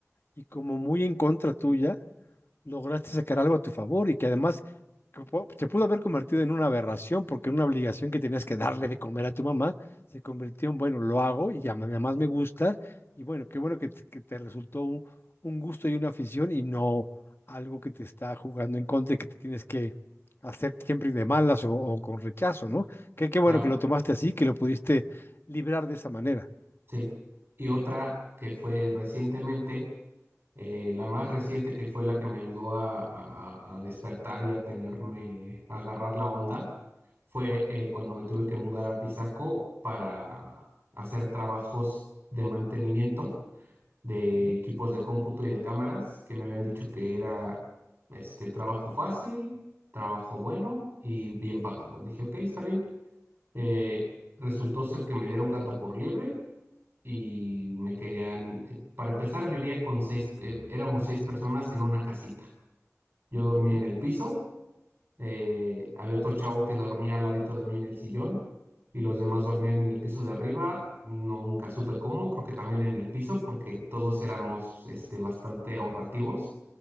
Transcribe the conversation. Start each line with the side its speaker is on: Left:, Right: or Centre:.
Left: y como muy en contra tuya, lograste sacar algo a tu favor y que además que po- se pudo haber convertido en una aberración porque una obligación que tenías que darle de comer a tu mamá se convirtió en, bueno, lo hago y ya ma- además me gusta y bueno, qué bueno que, te que te resultó un, un gusto y una afición y no algo que te está jugando en contra y que te tienes que hacer siempre de malas o, o con rechazo, ¿no? Qué, qué bueno
Right: claro,
Left: que lo tomaste así, que lo pudiste librar de esa manera.
Right: sí. Y otra que fue recientemente Eh, la más reciente que fue la que me ayudó a, a- a despertar y a tenerme, a agarrar la onda, fue eh, cuando me tuve que mudar a Pisaco para hacer trabajos de mantenimiento de
Left: Ujú,
Right: equipos de cómputo y de cámaras, que me habían dicho que era este trabajo fácil, trabajo bueno y bien pagado. Dije, ok, está bien. Eh, resultó ser que me dieron gato por liebre y me querían, eh, para empezar, vivía con seis, eh, éramos seis personas en una casita. Yo dormía
Left: ujú.
Right: en el piso eh, había otro chavo que dormía al ladito de mí en el sillón y los demás dormían en el piso de arriba. Nunca supe cómo, creo que también en el piso, porque todos éramos este, bastante ahorrativos.